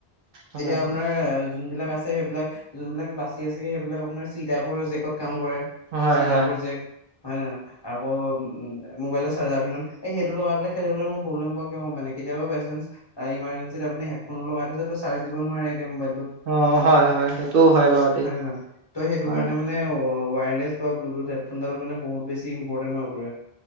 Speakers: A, on the right; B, on the left.
A: হয়
B: এতিয়া আপোনাৰ যোনবিলাক আছে সেইবিলাক যোনবিলাক বাচি আছেগে সেইবিলাক আপোনাৰ চি টাইপৰ জেকত কাম কৰে।
A: হয়
B: চিটাইপৰ
A: হয়
B: জেক হয় ন আকৌ উ মোবাইল চাৰ্জাৰ পিন্ধ এই সেইটো লগাই পেলাই খেলিবলে মোৰ প্ৰব্লেম কিয় কম মানে কেতিয়াবা বাই চানঞ্চ ইমাৰজেঞ্চিত আপুনি হেডফোনো লগাই থৈছে তো চাৰ্জ দিব নোৱাৰে এতিয়া মোবাইলটো
A: অ হয় হয় সেইটোও হয় বাৰু দেই
B: হয়ে নহয় ত সেইটো
A: হয়
B: কাৰণে মানে ওৱাৰলেচ ব্লুটুথ হেডফোনডাল মানে বহুত বেছি ইম্পৰ্টেন্ট হৈ পৰে।